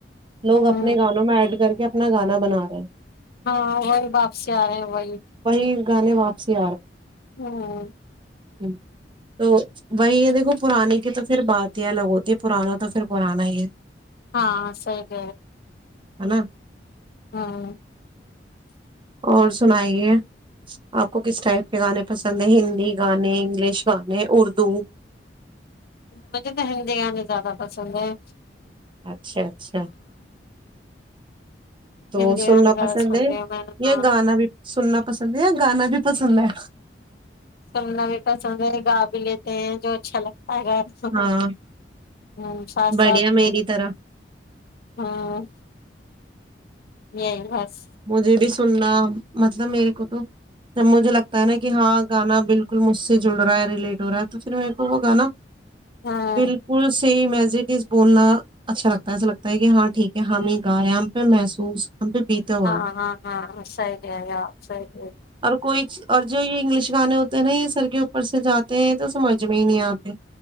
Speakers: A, on the right; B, on the left.
A: لوگ
B: ہوں
A: اپنے گانوں میں ایڈ کر کے اپنا گانا بنا رہے ہیں
B: ہاں وہی واپسی آ رہے ہیں وہی
A: وہی گانے واپسی
B: ہوں
A: یھ تو وہی یہ دیکھو پرانی کی تو پھر بات ہی الگ ہوتی ہے پرانا تو پھر پرانا ہی ہے
B: ہاں سی گ
A: ہے نا
B: ہاں
A: اور سنائیے آپ کو کس ٹائپ کے گانے پسند ہیں ہندی گانے انگلش گانے نے اردو
B: مجھے تو ہندی گانے زیادہ پسند ہیں
A: اچھا اچھا تو
B: ہندی
A: سننا
B: گانے
A: پسند
B: زیادہ سنتے
A: ہے
B: ہوں میں
A: یہ
B: ہاں
A: گانا بھی سننا پسند ہے یا گانا بھی پسند ہے
B: سننا بھی پسند ہے گا بھی لیتے ہیں جو اچھا لگتا ہے اگر
A: ہاں
B: ہ سات سات
A: بڑھیا میری
B: میں
A: طرح
B: ہاں یہی بس
A: مجھے بھی سننا مطلب میرے کو تو جب مجھے لگتا ہے نا کہ ہاں گانا بالکل کل مجھ سے جڑ رہا ہے ریلیٹ ہو رہا ہے تو پھر میرے کو وہ گانا
B: ہاں
A: بالکل ز بولنا اچھا لگتا ہے ایسا لگتا ہے کہ ہاں ٹھیک ہے ہم ہی گائے ہم پہ محسوس ہم پہ بیتا ہوا
B: ہاں ہاں ہاں ہاں سی ہےا سری ہے
A: اور کوئی اور جو یہ انگلش گانے ہوتے ہیں نا یہ سر کے اوپر سے جاتے ہیں تو سمجھ میں ہی نہیں آتے